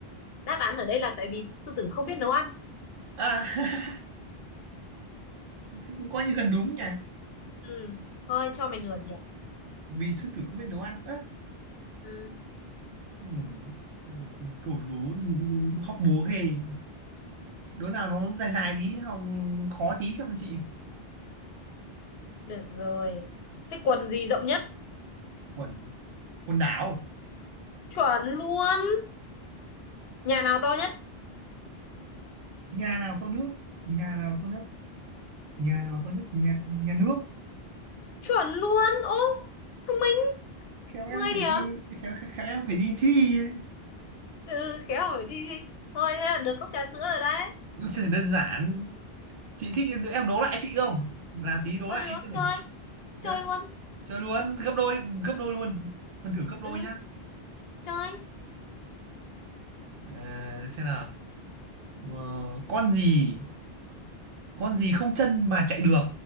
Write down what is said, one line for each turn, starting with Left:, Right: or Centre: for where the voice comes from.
Left: Đáp án ở đây là tại vì sư tử không biết nấu ăn.
Right: à <laughs> thế cũng coi như gần đúng nhỉ
Left: Ừ, thôi cho mày nửa điểm.
Right: vì sư tử không biết nấu ăn ơ
Left: Ừ,
Right: ừ, ừ, cẩu đố học búa ghê đố nào nó dài dài tí học khó tí cho chị
Left: được rồi. Thế quần gì rộng nhất?
Right: quần quần đảo
Left: Chuẩn luôn. Nhà nào to nhất?
Right: nhà nào to nước nhà nào to nhất nhà nào to nhất nhà nhà nước
Left: Chuẩn luôn. Ô, thông minh,
Right: khéo em
Left: 10
Right: phải
Left: điểm.
Right: đi khéo khéo em phải đi thi ấy.
Left: Ừ, khéo hỏi thi. thi. Thôi thế là được cốc trà sữa rồi đấy.
Right: nó sẽ đơn giản chị thích em đố lại chị không làm tí đố
Left: Ờ
Right: lại
Left: được,
Right: em xem nào.
Left: chơi, chơi
Right: nhá
Left: luôn.
Right: chơi luôn gấp đôi gấp đôi luôn phần thử gấp đôi
Left: Ừ,
Right: nhá
Left: chơi.
Right: Ờ, xem nào Ờ, con gì con gì không chân mà chạy được